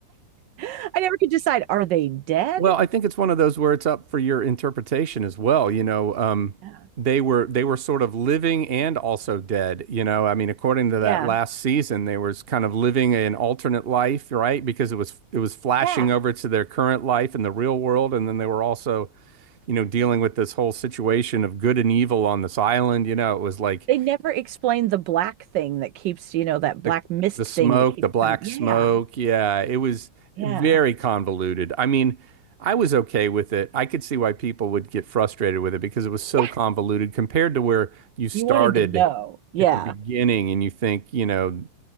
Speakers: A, on the right (about 75°); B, on the right (about 35°).
A: <gasps> I never could decide. Are they dead
B: Well, I think it's one of those where it's up for your interpretation as well. You know, um,
A: Yeah.
B: they were they were sort of living and also dead. You know, I mean, according to
A: Yeah.
B: that last season, they was kind of living an alternate life, right? Because it was it was flashing
A: Yeah.
B: over to their current life in the real world, and then they were also, you know, dealing with this whole situation of good and evil on this island. You know, it was like
A: They never explain the black thing that keeps, you know, that
B: The,
A: black mist
B: the smoke,
A: thing that keeps
B: the black
A: coming. Yeah.
B: smoke. Yeah, it was
A: Yeah.
B: very convoluted. I mean, I was okay with it. I could see why people would get frustrated with it because it was so
A: Yeah.
B: convoluted compared to where you started
A: You wanted to know. Yeah.
B: at the beginning and you think, you know,